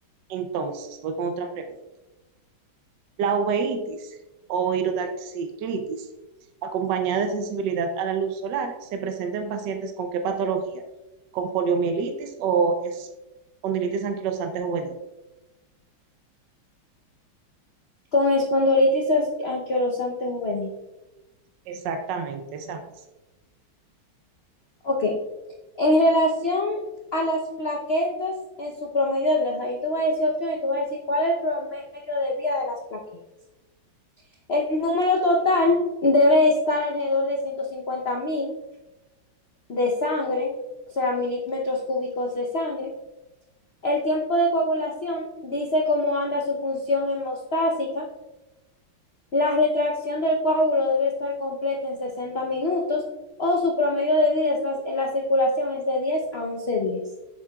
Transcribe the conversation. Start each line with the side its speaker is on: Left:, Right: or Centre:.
Right: Entonces, voy con otra pregunta. La uveitis o iridociclitis, acompañada de sensibilidad a la luz solar, se presenta en pacientes con qué patología? ¿Con poliomielitis o espondilitis anquilosante juvenil?
Left: con espondilitis anquilosante juvenil.
Right: Exactamente, esa misma.
Left: Ok, en relación a las plaquetas en su promedio de vida, o sea, yo te voy a decir opciones y tú vas a decir cuál es el promedio de vida de las plaquetas. El número total debe estar alrededor de ciento cincuenta mil de sangre, o sea, milímetros cúbicos de sangre. El tiempo de coagulación dice cómo anda su función hemostásica. La retracción del coágulo debe estar completa en 60 minutos o su promedio de vida es la, en la circulación es de 10 a 11 días.